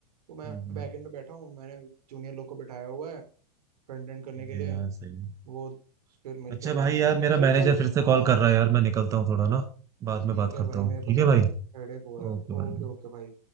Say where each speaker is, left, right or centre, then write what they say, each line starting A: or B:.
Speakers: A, on the right; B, on the right.
A: तो मैं
B: हम्म,
A: बैकएंड में बैठा हूँ मैंने जूनियर लोग को बैठाया हुआ है फ्रंट एंड करने
B: सही
A: के लिए
B: है यार सही है।
A: वो फिर मिलके
B: अच्छा
A: काम
B: भाई यार
A: करके
B: मेरा
A: अरे
B: मैनेजर
A: चल
B: फिर से
A: हाँ
B: कॉल कर रहा है यार मैं निकलता हूँ थोड़ा ना बाद
A: ठीक
B: में बात
A: है
B: करता
A: भाई
B: हूँ
A: मेरे को
B: ठीक
A: थोड़ा
B: है भाई
A: हेडेक हो रहा है
B: ओके भाई
A: ओके ओके भाई